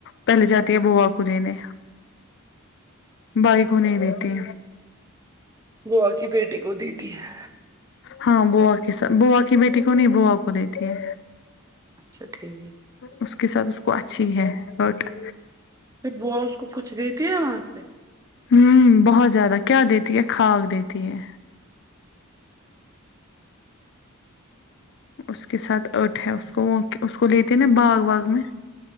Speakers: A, on the left; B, on the right.
A: پہلے جاتی ہے بوا کو دینے بھائی کو نہیں دیتی
B: بوا کی بیٹی کو دیتی ہے
A: ہاں بوا کے ساتھ بوا کی بیٹی کو نہیں بوا کو دیتی ہے
B: اچھا ٹھیک
A: اس کے ساتھ اس کو اچھی ہے بٹ
B: پھر بوا اس کو کچھ دیتی ہے وہاں سے
A: وں بہت زیادہ کیا دیتی ہے خاک دیتی ہے اس کے ساتھ اٹھ ہے اس کو وہ اس کو لیتے نا باغ واغ میں